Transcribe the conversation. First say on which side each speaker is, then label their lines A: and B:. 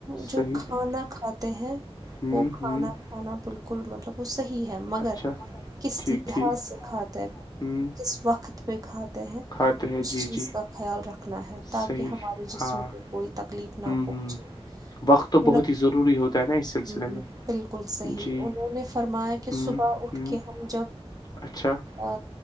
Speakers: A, on the right; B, on the left.
A: جو
B: صحیح
A: کھانا کھاتے ہیں
B: ہوں
A: وہ کھانا
B: ہوں
A: کھانا بالکل بالل مطلب وہ صحیح ہے مگر
B: اچھا
A: کس
B: ٹھیک
A: لحاظ
B: ٹھیک
A: سے کھات ہے
B: ہوں
A: کس وقت پہ کھاتے ہیں
B: کھاتے ہیں
A: اس
B: جی
A: چیز
B: جی
A: کا خیال رکھنا ہے تاکہ
B: صحیح
A: ہمارے جسم
B: ہاں ہ
A: کو کوئی تک تکلیف نہ
B: ہ
A: پہنچے
B: وقت تو
A: بولا
B: بہت ہی ضروری ہوتا ہے نا اس سلسلے
A: "ہمم،
B: میں
A: بالکل صحیح
B: جی
A: انہوں نے فرمایا کہ
B: ہوں
A: صبح اٹھ
B: ہوں
A: کے ہم جب
B: اچھا
A: ا